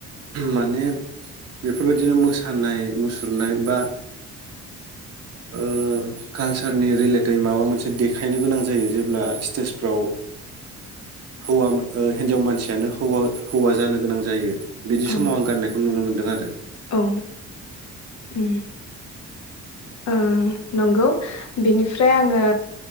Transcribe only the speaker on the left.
औ
औ उम आ नंगौ बेनिफ्राय आङो